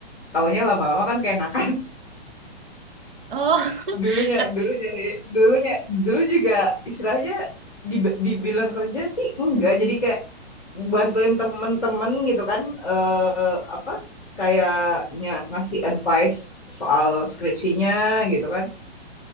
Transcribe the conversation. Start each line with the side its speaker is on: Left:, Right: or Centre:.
Centre: Taunya lama-lama kan keenakan.
Right: Oh,
Centre: <laughs> Dulunya,
Right: <laughs> tet-
Centre: dulu dari dulunya, dulu juga istilahnya dib- dibilang kerja sih enggak. Jadi kayak bantuin temen-temen gitu kan. eh apa? kayaknya ngasih advice soal skripsinya gitu kan